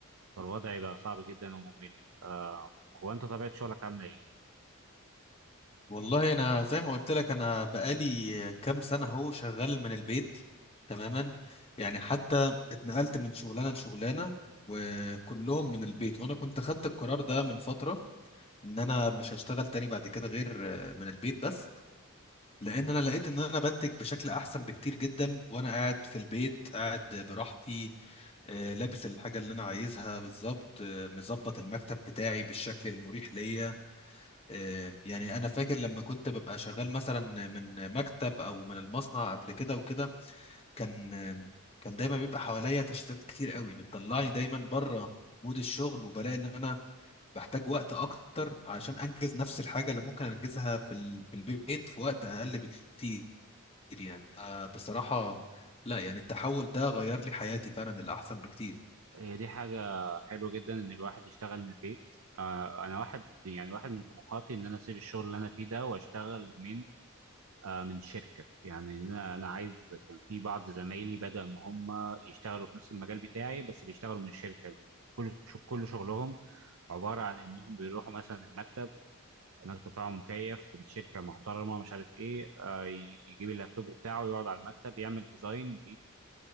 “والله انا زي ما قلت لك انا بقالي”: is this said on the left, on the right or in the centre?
Left